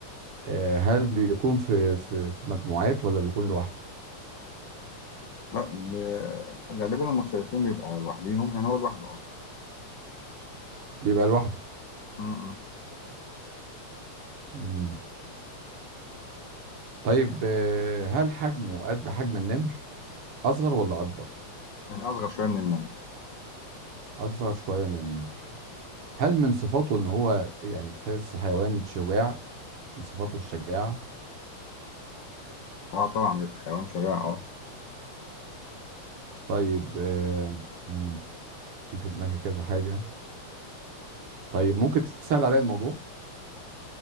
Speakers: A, on the right (about 55°); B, on the left (about 75°).
A: آه، هل بيكون في في في مجموعات ولا بيكون لوحده؟
B: لا ب- غالبا المفترسين بيبقى لوحديهم يعني هو لوحده اه
A: بيبقى لوحده
B: م- م.
A: مم. طيب آه، هل حجمه قد حجم النمر اصغر ولا اكبر
B: يعني اصغر شوية من النمر
A: اصغر شويه من النمر هل من صفاته ان هو يعني تحس حيوان شجاع من صفاته الشجاعه
B: اه طبعا بيبقى حيوان شجاع اه
A: طيب آه، مم، في في دماغي كذا حاجه طيب ممكن تسهل عليا الموضوع